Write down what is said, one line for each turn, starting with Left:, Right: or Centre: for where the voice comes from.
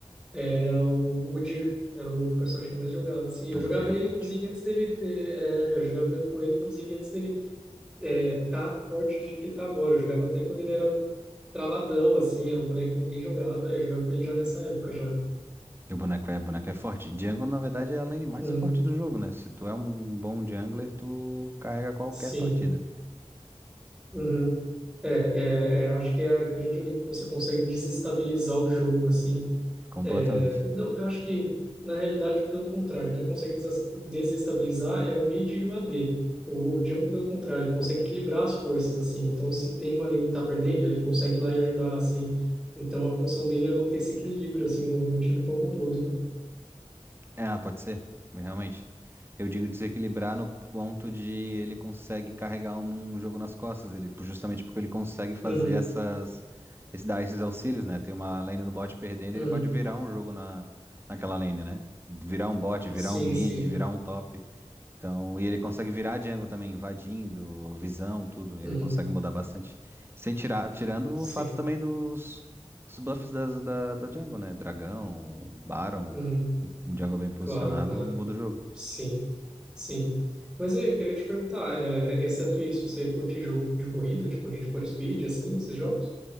Centre: era o Udyr. Era o personagem que eu mais jogava, assim. Eu
Right: O
Centre: jogava
Right: Jiri
Centre: ele,
Right: é forte.
Centre: inclusive, antes dele ter... é, eu jogava com ele, inclusive, antes dele é, tá forte do jeito que ele tá agora. Eu jogava até quando ele era um travadão, assim, era um boneco que ninguém jogava. Eu jogava com ele já nessa época, já.
Right: E o boneco é, boneco é forte. Jungle, na verdade, é a lane mais
Centre: Uhum,
Right: forte do jogo, né? Se tu é um bom jungler, tu carrega qualquer
Centre: sim.
Right: partida.
Centre: Uhum. É, é, é, eu acho que é a grande linha que você consegue desestabilizar o jogo, assim,
Right: Completamente.
Centre: É, não, eu acho que, na realidade, pelo contrário, quem consegue desas- desestabilizar é o mid e o AD. O, o Django, pelo contrário, ele consegue equilibrar as forças, assim. Então, se tem uma lane que tá perdendo, ele consegue ir lá e ajudar, assim. Então, a função dele é manter esse equilíbrio, assim, no, no time como um todo, né?
Right: Ah, pode ser. Realmente. Eu digo desequilibrar no ponto de ele consegue carregar um, um jogo nas costas. Ele, justamente porque ele consegue fazer
Centre: Uhum,
Right: essas. Esse, dar esses auxílios, né? Tem uma lane no bot perdendo,
Centre: uhum.
Right: ele pode virar um jogo na, naquela lane, né? Virar um bot, virar
Centre: Sim,
Right: um mid,
Centre: sim.
Right: virar um top. Então, e ele consegue virar a Django também, invadindo, visão, tudo. Ele
Centre: Uhum,
Right: consegue mudar bastante. Sem tirar, tirando
Centre: sim.
Right: o fato também dos, dos buffs das- da, da Django, né? Dragão, Baron,
Centre: Uhum.
Right: um Django bem posicionado,
Centre: Claro, claro.
Right: muda o jogo.
Centre: Sim, sim. Mas aí, eu queria te perguntar, é, exceto isso, você curte jogo de corrida, tipo Need for Speed, assim, esses jogos?